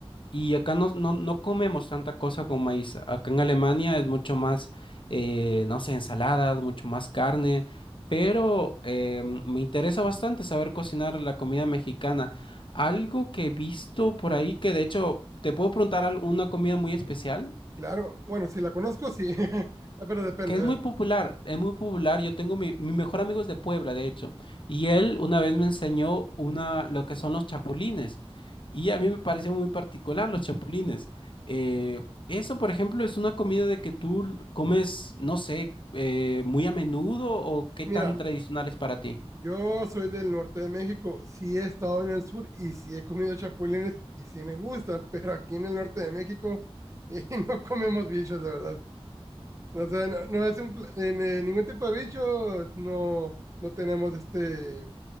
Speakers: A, on the left; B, on the right.
A: y acá no, no, no comemos tanta cosa con maíz. Acá en Alemania es mucho más, eh, no sé, ensaladas, mucho más carne, pero eh, me interesa bastante saber cocinar la comida mexicana. Algo que he visto por ahí que de hecho, ¿te puedo preguntar al- una comida muy especial?
B: Claro, bueno, si la conozco, sí, <laughs> pero depende,
A: que es
B: a ver,
A: muy popular, es muy popular. Yo tengo mi, mi mejor amigo es de Puebla, de hecho, y él una vez me enseñó una, lo que son los chapulines, y a mí me pareció muy particular los chapulines. Eh, eso, por ejemplo, es una comida de que tú l- comes, no sé, eh, muy a menudo o qué
B: mira,
A: tan tradicional es para ti.
B: yo soy del norte de México, sí he estado en el sur y sí he comido chapulines y sí me gustan, pero aquí en el norte de México <laughs> eh, no comemos bichos, la verdad. O sea, no, no es un, pl- en eh, ningún tipo de bicho, no, no tenemos este,